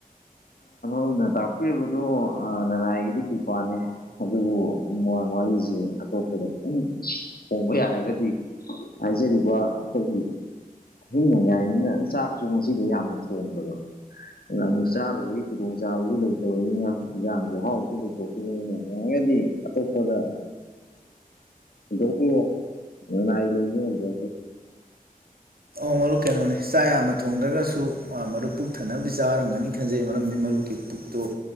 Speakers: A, on the left; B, on the right.
A: ꯁꯝꯅ ꯇꯥꯛꯄꯤꯔꯤꯕꯗꯨ ꯂꯅꯥꯏꯒꯤꯗꯤ ꯀ꯭ꯔꯤ ꯄꯅꯦ ꯑꯗꯨꯕꯨ ꯋꯥꯔꯤꯁꯤ ꯑꯇꯣꯞꯄꯗ ꯈꯤꯇꯪ ꯍꯣꯡꯕ ꯌꯥꯔꯒꯗꯤ ꯍꯥꯏꯖꯔꯤꯕ ꯑꯩꯈꯣꯏꯒꯤ ꯍꯤꯡꯅꯉꯥꯏꯅꯤꯅ ꯆꯥꯛꯁꯨ ꯉꯁꯤꯗꯤ ꯌꯥꯝꯅ ꯊꯣꯡꯗꯕ ꯃꯨꯛꯁꯥꯔ ꯑꯣꯏꯒꯤ ꯀꯗꯨꯝ ꯆꯥꯕꯁꯨ ꯂꯩꯇꯕꯅꯤꯅ ꯏꯟꯖꯥꯡꯁꯨ ꯑꯍꯥꯎꯕꯗꯨ ꯂꯩꯊꯣꯛꯇꯈꯤꯕꯅꯤꯅ ꯌꯥꯔꯒꯗꯤ ꯑꯇꯣꯞꯄꯗ ꯣꯛꯀꯤꯣ ꯂꯅꯥꯏ ꯂꯩ ꯉꯗ
B: ꯃꯔꯨ ꯀꯩꯅꯣꯅꯦ ꯆꯥꯛ ꯌꯥꯝꯅ ꯊꯣꯡꯗ꯭ꯔꯒꯁꯨ ꯃꯔꯨꯞ ꯄꯨꯛꯊꯅꯕꯗꯤ ꯆꯥꯔꯝꯒꯅꯤ ꯐꯖꯩ ꯃꯔꯝꯗꯤ ꯃꯔꯨꯞꯀꯤ ꯄꯨꯛꯇꯨ